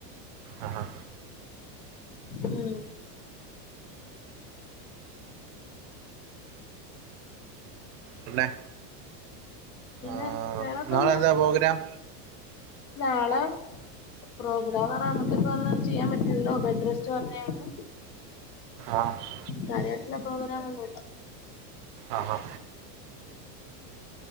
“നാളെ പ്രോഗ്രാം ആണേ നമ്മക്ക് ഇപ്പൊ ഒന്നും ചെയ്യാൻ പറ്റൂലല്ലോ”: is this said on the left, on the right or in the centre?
Left